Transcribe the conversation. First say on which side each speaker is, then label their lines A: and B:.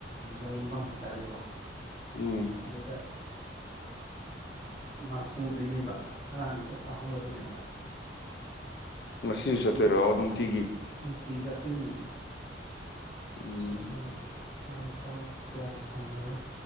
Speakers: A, on the left; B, on the left.
A: ꯂꯥꯏꯌꯦꯡꯐꯝ ꯍꯥꯏꯇꯥꯔꯦꯀꯣ
B: ꯎꯝ
A: ꯑꯗꯗ ꯃꯥꯄꯨꯗꯣꯏꯅꯦꯕ ꯉꯔꯥꯡꯗꯤꯩ ꯆꯠꯄ ꯍꯧꯔꯕꯅꯦꯕ
B: ꯉꯁꯤꯁꯨ
A: ꯃ
B: ꯆꯠꯇꯣꯏꯔꯣ
A: ꯄꯨꯡ
B: ꯅꯨꯡꯇꯤꯒꯤ
A: ꯅꯨꯡꯇꯤ ꯆꯠꯇꯣꯏꯅꯦ
B: ꯎꯝ
A: ꯑꯗꯨꯅ ꯃꯥꯗꯤ ꯊꯕꯛ ꯀꯌꯥ ꯁꯪꯉꯔꯣꯏ